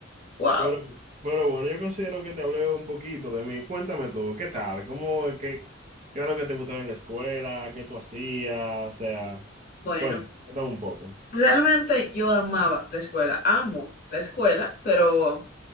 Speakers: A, on the left; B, on the right.
A: Wow.
B: Pero, pero bueno, yo considero que te hablé un poquito de mí. Cuéntame tú, ¿qué tal? ¿Cómo, qué, qué era lo que te gustaba en la escuela? ¿Qué tú hacías? O sea,
A: Bueno,
B: cuéntame, cuéntame un poco.
A: realmente yo amaba la escuela. Amo la escuela, pero